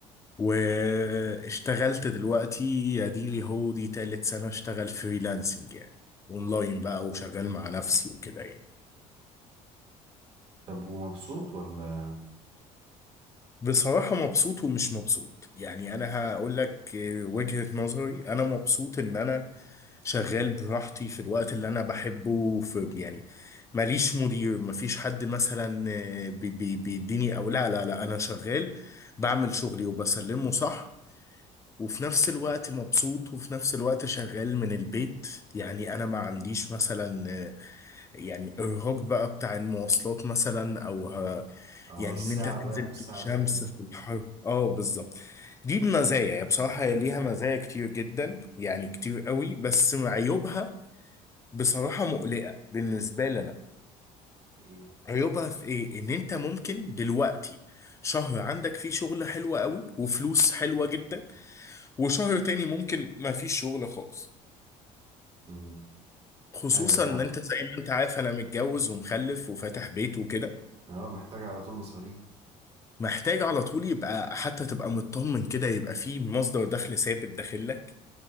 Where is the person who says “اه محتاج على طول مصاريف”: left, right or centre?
Right